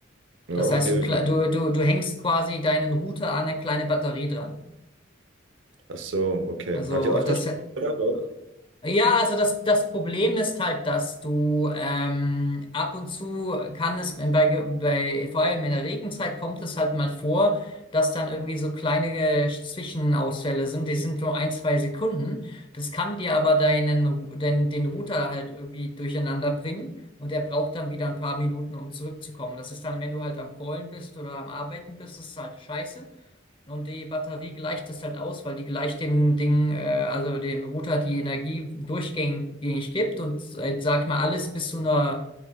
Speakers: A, on the right; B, on the left.
A: Ja,
B: Das
A: okay,
B: heißt, du, kle-
A: wie funktioniert
B: du, du, du hängst quasi deinen Router an eine kleine Batterie dran.
A: das? Ach so, okay.
B: Also
A: Habt ihr öfter
B: das
A: Stress gehabt, oder?
B: Ja, also das, das Problem ist halt, dass du ähm, ab und zu kann es bei, ge- bei, vor allem in der Regenzeit kommt es halt mal vor, dass dann irgendwie so kleine äh, Zwischenausfälle sind. Die sind nur ein, zwei Sekunden. Das kann dir aber deinen, Ru- dein, den Router halt irgendwie durcheinander bringen und er braucht dann wieder ein paar Minuten, um zurückzukommen. Das ist dann, wenn du halt am Callen bist oder am Arbeiten bist, ist halt scheiße. Und die Batterie gleicht es halt aus, weil die gleicht dem Ding, äh, also dem Router die Energie durchgängig gibt und äh, sag ich mal, alles bis zu einer,